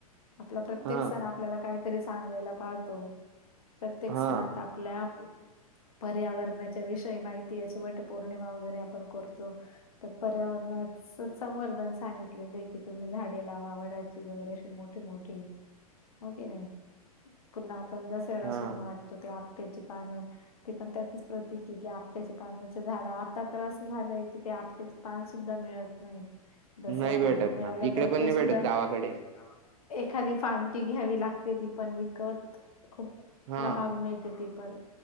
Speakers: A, on the left; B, on the right.
A: आपला प्रत्येक
B: हा
A: सण आपल्याला काही तरी सांगायला पाहतो. प्रत्येक
B: हा
A: सणात आपल्या पर्यावरणाच्या विषय माहिती अशी वटपौर्णिमा वगैरे आपण करतो. तर पर्यावरण च संवर्धन सांगितलेले आहे. की तुम्ही झाडे लावा वडाची वगैरे अशी मोठे मोठे हो की नाही! पुन्हा आपण दसऱ्याला
B: हा
A: सोनं वाटतो. ते आप पट्याची पान ते पण त्याचच प्रतीक आहे. की आपट्याचे पानाचे झाड आता तर असं झालंय! कि ते आपट्याचं पान सुद्धा मिळत नाही. दसऱ्याला
B: नाही भेटत
A: मिळालं
B: ना इकडे
A: तर
B: पण
A: ते
B: नाही
A: सुद्धा
B: भेटत गावाकडे
A: गावाकडे एखादी फांटी घ्यावी लागते. ती पण विकत खूप
B: हा
A: महाग मिळते. ती पण